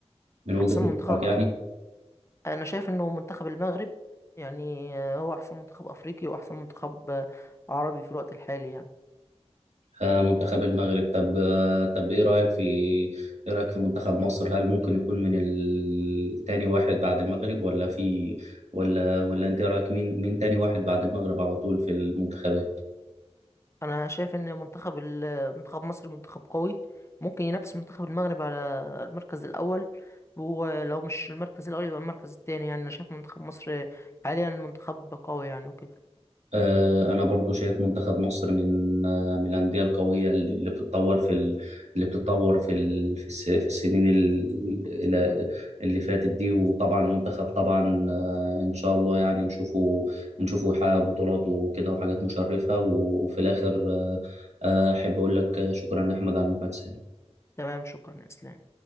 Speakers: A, on the right; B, on the left.
A: من وجهة
B: احسن مم. منتخب
A: نظرك يعني
B: انا شايف انه منتخب المغرب يعني آه، هو احسن منتخب افريقي واحسن منتخب آه، عربي في الوقت الحالي يعني
A: آه، منتخب المغرب طب آه، طب ايه رأيك في ايه رأيك في منتخب مصر هل ممكن يكون من ال- تاني واحد بعد المغرب ولا في ولا ولا انت إيه رأيك مين مين تاني واحد بعد المغرب على طول في المنتخبات
B: انا شايف ان منتخب ال- منتخب مصر منتخب قوي ممكن ينافس منتخب المغرب على المركز الاول ولو مش المركز الاول يبقى المركز التاني يعني انا شايف منتخب مصر حاليا منتخب قوي يعني وكده
A: آه، انا برضو شايف منتخب مصر من آه، من الانديه القويه اللي اللي بتتطور في ال... اللي بتتطور في ال... في, الس... في السنين ال... الى- اللي فاتت دي وطبعا المنتخب طبعا آه، ان شاء الله يعني نشوفه نشوفه يحقق بطولات وكده وحاجات مشرفه وفي الاخر آه، آه، احب اقول لك شكرا يا احمد على المحادثه
B: تمام شكرا يا اسلام